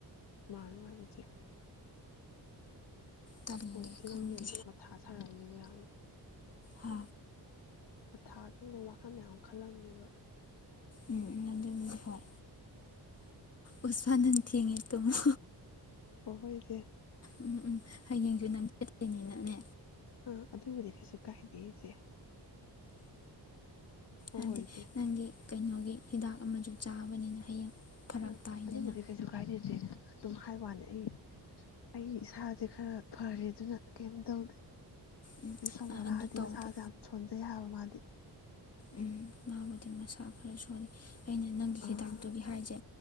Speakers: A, on the left; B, on the left.
A: ꯃꯥꯅꯦ ꯃꯥꯅꯦ ꯏꯆꯦ
B: ꯇꯜꯂꯦ
A: ꯍꯣꯏ ꯆꯦꯗꯪ
B: ꯈꯪꯗꯦ
A: ꯍꯦꯟꯅ ꯃꯊꯥ ꯁꯥꯔꯝꯅꯤ ꯃꯌꯥꯝꯅ
B: ꯍꯥ
A: ꯃꯊꯥ ꯑꯗꯨꯪꯕ ꯋꯥꯈꯜ ꯃꯌꯥꯝ ꯑꯃ ꯈꯜꯂꯝꯃꯦꯕ
B: ꯎꯝ ꯑꯗꯨꯅꯤ ꯍꯣꯏ ꯎ ꯐꯥꯅꯪ ꯊꯦꯡꯉꯦ ꯇꯨꯝꯃꯣ
A: ꯍꯣꯏꯁꯦ
B: ꯎꯝ ꯎꯝ ꯍꯌꯦꯡꯁꯨ ꯅꯪ ꯆꯦꯠꯇꯣꯏꯅꯤꯅꯅꯦ
A: ꯑꯥ ꯑꯗꯨꯕꯨꯗꯤ ꯀꯩꯁꯨ ꯀꯥꯏꯗꯦ ꯏꯆꯦ ꯍꯣꯏ
B: ꯎ ꯑꯗꯗꯤ
A: ꯍꯣꯏ ꯏꯆꯦ
B: ꯅꯪꯒꯤ ꯀꯩꯅꯣꯒꯤ ꯍꯤꯗꯥꯛ ꯑꯃꯁꯨ ꯆꯥꯕꯅꯤꯅ ꯍꯌꯦꯡ ꯐꯔꯛ
A: ꯑ
B: ꯇꯥꯏꯗꯅ
A: ꯑꯗꯨꯕꯨꯗꯤ ꯀꯩꯁꯨ ꯀꯥꯏꯔꯗ꯭ꯔꯦ ꯑꯗꯨꯝ ꯍꯥꯏ ꯋꯥꯅꯦ ꯑꯩ ꯑꯩ ꯏꯁꯥꯁꯦ ꯈꯔ ꯐꯔꯦ ꯑꯗꯨꯅ ꯀꯩꯝ ꯇꯧꯗꯦ
B: ꯎꯝ
A: ꯑ ꯁꯣꯃꯣꯂꯥ
B: ꯑꯗꯨ
A: ꯍꯥꯏꯗꯤ
B: ꯇꯧꯗꯦ
A: ꯃꯁꯥꯁꯦ ꯌꯥꯝ ꯁꯣꯟꯖꯩ ꯍꯥꯏꯕ ꯃꯥꯗꯤ
B: ꯎꯝ ꯃꯥꯕꯨꯗꯤ ꯃꯁꯥ ꯈꯔ ꯁꯜꯂꯤ ꯑꯩꯅ ꯅꯪꯒꯤ
A: ꯑꯥ
B: ꯍꯤꯗꯥꯛꯇꯨꯒꯤ ꯍꯥꯏꯁꯦ